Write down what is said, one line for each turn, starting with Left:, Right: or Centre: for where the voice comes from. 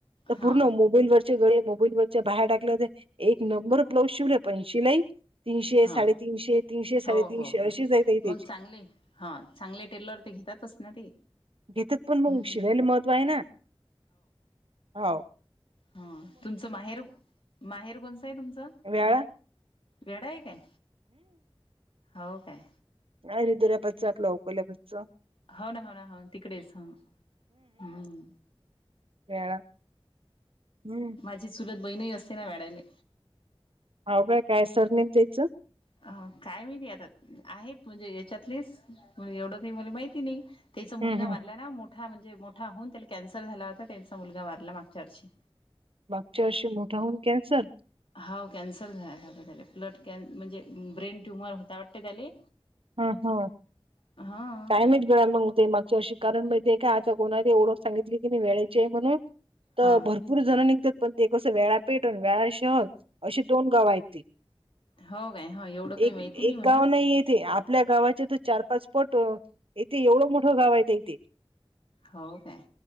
Right: तर
Left: हा
Right: पूर्ण मोबाईल वर गळे मोबाईल वरच्या बाहेर टाकल्या तर एक नंबर ब्लाउज शिवले पण शिलाई तीनशे
Left: हा
Right: साडेतीनशे, तीनशे साडेतीनशे,
Left: हो हो हो
Right: अशीच आहे त ह त्याची.
Left: मग चांगले हा चांगले टेलर ते घेतातच ना ते.
Right: घेतात पण मग
Left: हम्म
Right: शीवायला महत्व आहे ना हो.
Left: हा, तुमचं माहेर माहेर कोणसं आहे तुमचं.
Right: व्याळा
Left: येडाई काय, हो काय.
Right: आ रि दर्या पच आपला अकल्या पाो <unintelligible>
Left: हो ना, हो ना, हो तिकडेच ह हम्म
Right: खळा हम्म <unintelligible>
Left: माझी चूलत बहीण हि असते ना वडाने
Right: हाव काय, काय सरनेच द्यायचं?
Left: अ काय महिती आता आहेत म्हणजे याच्यातलेचण एवढं काही मला माहिती नाही. त्याचा मुलगा
Right: हम्म हम्म.
Left: वारला ना मोठा म्हणजे मोठा होऊन त्याला कॅन्सर झाला होता त्यांचा मुलगा वारला मागच्या वर्षी
Right: मागच्या वर्षी मोठा होऊन कॅन्सर
Left: हा कॅन्सर झालेला होता त्याला, ब्लड कॅन्स म्हणजे ब्रेन ट्युमर होता वाटते त्याले.
Right: हम ह
Left: हा
Right: कायमच गेळा मग ते मागची अशी <unintelligible> कारण म ते काय आता कोणा त ओळख सांगितली की नाही वेळाची आहे म्हणून तर
Left: हा
Right: भरपूर पूर जण निघतात पण ते एकसं वेळा पेटण वेळा शहर अे दोन गाव आहेत ते.
Left: हो काय हो एवढं काही
Right: एक,
Left: माहिती
Right: एक,
Left: म्हणा
Right: गाव नाही ये तेे आप आपल्या गावाचे तर चार पाच पट, इथे एवढं मोठं गाव आहे इथे.
Left: हो काय.